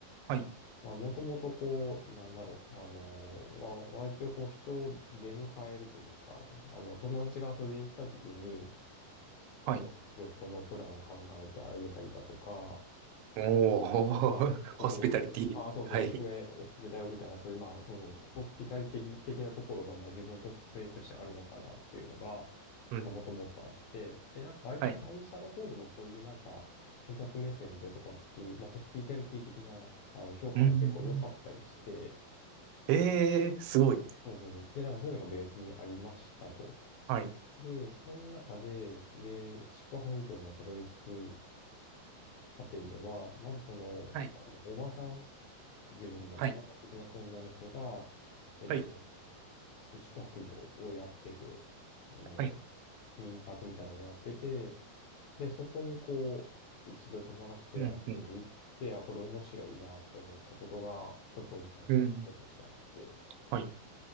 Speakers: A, on the right; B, on the left.
A: はい、
B: まあ、もともとこう、なんだろう、あの、まあ、割とこう、人を出迎えるというか、あの、友達が遊びに来た時に、
A: はい。
B: この旅行のプランを考えてあげたりだとか、
A: おー、
B: あ、ここ、
A: <laughs> ホスピタリティ。
B: あ、そうそう、
A: はい。
B: おすすめ、おすすめだよみたいな、そういう、まあ、そうそう、ホスピタリティ的なところが、まあ、自分の特性としてあるのかなっていうのが、
A: うん。
B: もともとあって、で、なんか割と会社の方でもそういうなんか、
A: はい
B: 顧客目線でとかっていう、まあ、ホスピタリティ的なあの評価が結構良かったりして、
A: うん。ええー、すごい。
B: そうそうそう。で、なんかそういうのがベースにありましたと。
A: はい。
B: で、その中で、で、宿泊業までたどり着く過程では、まずその、
A: はい。
B: あの、おばさん、自分のおばさん的な存在の人が、
A: はい。
B: えっと、
A: はい。
B: す宿泊業をやってて、あの、
A: はい。
B: 民泊みたいなのをやってて、で、そこにこう、一度泊まらせてやっていうんで行って、
A: うん。うん。
B: あ、これ面白いなって思ったことが、一つ大きなきっかけとしてあって、
A: うん。はい。